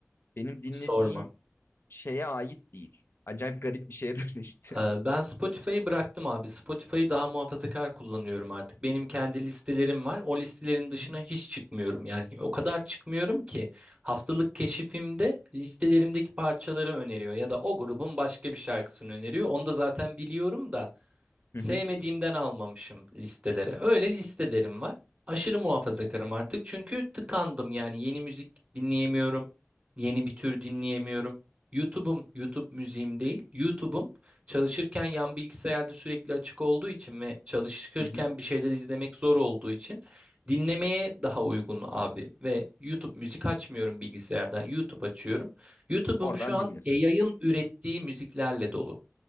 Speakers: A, on the left; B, on the right.
A: benim dinlediğim
B: sorma.
A: şeye ait değil. Acayip garip bir şeye dönüştü.
B: Ee, ben Spotify'ı bıraktım abi. Spotify'ı daha muhafazakar kullanıyorum artık. Benim kendi listelerim var. O listelerin dışına
A: <laughs> Hı
B: hiç çıkmıyorum. Yani o kadar çıkmıyorum ki haftalık keşifimde listelerimdeki parçaları öneriyor ya da o grubun başka bir şarkısını öneriyor. Onu da zaten biliyorum da.
A: hı,
B: Sevmediğimden almamışım listelere. Öyle listelerim var. Aşırı muhafazakarım artık çünkü tıkandım yani yeni müzik dinleyemiyorum. Yeni bir tür dinleyemiyorum. YouTube'um, YouTube müziğim değil. YouTube'um çalışırken yan bilgisayarda sürekli açık olduğu için ve çalışırken
A: hı hı.
B: bir şeyler izlemek zor olduğu için dinlemeye daha uygun abi. Ve YouTube müzik açmıyorum bilgisayardan. YouTube açıyorum. YouTube'um
A: Oradan
B: şu an
A: dinlesin.
B: yayın ürettiği müziklerle dolu